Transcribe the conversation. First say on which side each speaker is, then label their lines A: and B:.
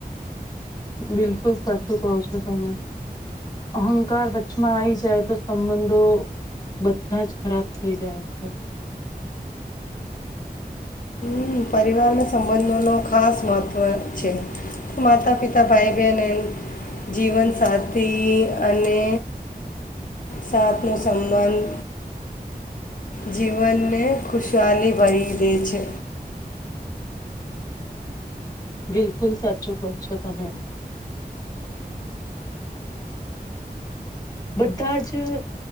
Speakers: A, on the left; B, on the left.
A: બિલકુલ સાચું કવ છો, તમે અહંકાર વચચમાં આવીઈ જાય, તો સંબંધો બધાજ ખરાબ થઈ જાય છે.
B: હ, પરિવારના સંબંધોનો ખાસ મહત્ત્વ છે. માતા, પિતા ભાઈ. જીવનસાથી, અને સાથ નું સંબંધ જીવનને ખુશહાલી, ભરી દે છે.
A: બિલકુલ સાચું, કો છો તમે બધા જ